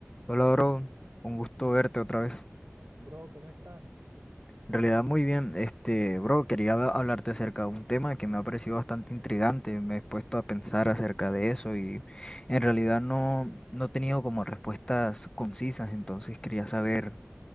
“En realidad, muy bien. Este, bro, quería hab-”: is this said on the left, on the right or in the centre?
Left